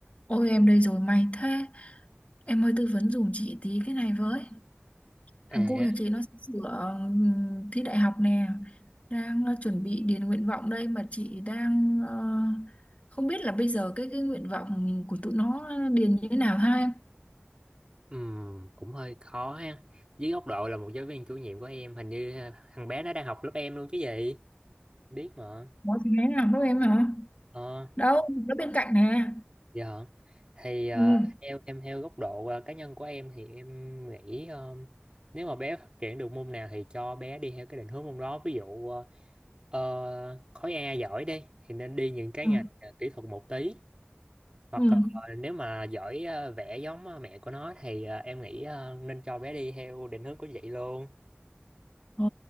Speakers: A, on the left; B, on the right.
A: Ôi em đây rồi may thế Em ơi tư vấn giùm chị tí cái này với Thằng
B: À,
A: cu nhà chị nó sửa ừm, thi đại học nè Đang ờ, chuẩn bị điền nguyện vọng đây Mà chị đang ờ, không biết là bây giờ cái cái nguyện vọng của tụi nó điền như thế nào ha em
B: ừm, cũng hơi khó ha. Dưới góc độ là một giáo viên chủ nhiệm của em, hình như ha, thằng bé nó đang học lớp em luôn chứ gì? Biết mà.
A: Nó thì thế nào đâu em hả
B: Ờ,
A: Đâu, nó bên cạnh nè
B: dạ. Thì ờ,
A: Ừ,
B: theo em theo góc độ ờ, cá nhân của em thì em nghĩ ờ, nếu mà bé phát triển được môn nào thì cho bé đi theo cái định hướng môn đó. Ví dụ ờ, ờ, khối A giỏi đi thì nên đi những cái
A: ừ,
B: ngành ờ, kỹ thuật một tí. Hoặc
A: ừ
B: ờ, nếu mà giỏi ờ, vẽ giống ờ, mẹ của nó thì ờ, em nghĩ ờ, nên cho bé đi theo định hướng của chị luôn.
A: Ồ,